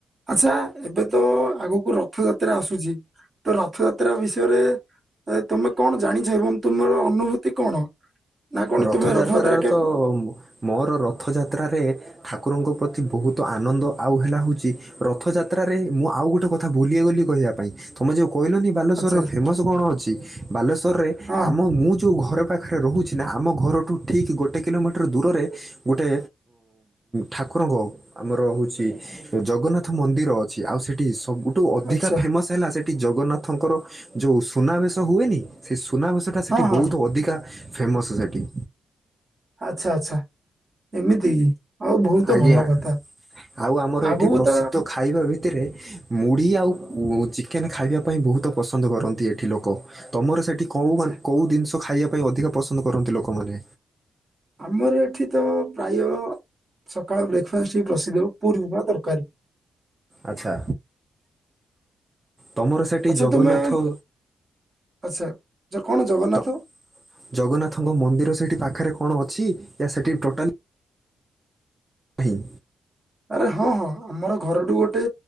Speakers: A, on the right; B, on the right.
A: ଆଛା ଏବେ ତ ଆଗକୁ ରଥଯାତ୍ରା ଆସୁଛି ତ ରଥଯାତ୍ରା ବିଷୟରେ ଆରେ ତମେ କଣ ଜାଣିଛ ଏବଂ ତୁମର ଅନୁଭୂତି କଣ? ନା କଣ
B: ରଥଯାତ୍ରାରେ
A: ତୁମେ ରଥଯାତ୍ରା କେବେ
B: ତ ମୋର ରଥଯାତ୍ରାରେ ଠାକୁରଙ୍କ ପ୍ରତି ବୋହୁତ ଆନନ୍ଦ ଆଉ ହେଲା ହୋଉଚି ରଥଯାତ୍ରାରେ ମୁଁ ଆଉ ଗୋଟେ କଥା ଭୁଲି ଗଲି କହିବା ପାଇଁ ତମେ ଯୋଉ କହିଲନି ବାଲେଶ୍ୱରର
A: ଆଚ୍ଛା ଆଚ୍ଛା,
B: ଫେମସ କଣ ଅଛି ବାଲେଶ୍ୱରରେ
A: ହଁ
B: ଆମ ମୁଁ ଜୋଉ ଘର ପାଖରେ ରହୁଚି ଛି ନା ଆମ ଘରଠୁ ଠିକ୍ ଗୋଟେ କିଲୋମିଟର ଦୂରରେ ଗୋଟେ ଠାକୁରଙ୍କ ଆମର ହୋଉଚି ଜଗନ୍ନାଥ ମନ୍ଦିର ଅଛି ଆଉ ସେଠି ସବୁ ଟୁ ଅଧିକା
A: ଆଚ୍ଛା
B: ଫେମସ୍ ହେଲା ସେଠି ଜଗନ୍ନାଥଙ୍କର ଯୋଉ ସୁନା ବେସ ହୁଏନି ସେଇ ସୁନା ବେସ ସେଠି
A: ହଁ ହଁ
B: ବୋହୁତ ଅଧିକା ଫେମସ୍ ସେଠି।
A: ଆଛା ଆଛା ଏମିତି ଆଉ ବୋହୁତ
B: ଆଜ୍ଞା
A: ଭଲ କଥା।
B: ଆଉ ଆମର
A: ଆଗକୁ
B: ଏଠି ପ୍ରସିଦ୍ଧ
A: ତ
B: ଖାଇବା ଭିତରେ ମୁଢ଼ି ଆଉ ଚିକେନ ଖାଇବା ପାଇଁ ବୋହୁତ ପସନ୍ଦ କରନ୍ତି ଏଠି ଲୋକ। ତମର ସେଠି କୋଉ
A: ଆଚ୍ଛା
B: କୋଉ ଜିନିଷ ଖାଇବା ପାଇଁ ଅଧିକା ପସନ୍ଦ କରନ୍ତି ଲୋକମାନେ?
A: ଆମର ଏଠି ତ ପ୍ରାୟ ସକାଳ ବ୍ରେକ୍ଫ୍ରାଷ୍ଟ ହିଁ ପ୍ରସିଦ୍ଧ ପୁରୀ ଉପମା ତରକାରୀ।
B: ଆଚ୍ଛା। ତମର ସେଠି
A: ଆଚ୍ଛା
B: ଜଗନ୍ନାଥ
A: ତୁମେ ଆଚ୍ଛା ଜ- କଣ ଜଗନ୍ନାଥ
B: ତ ଜଗନ୍ନାଥଙ୍କ ମନ୍ଦିର ସେଠି ପାଖରେ କଣ ଅଛି ସେଠି ଟୋଟାଲି? ନାହିଁ।
A: ଆରେ ହଁ ହଁ ଆମର ଘରଠୁ ଗୋଟେ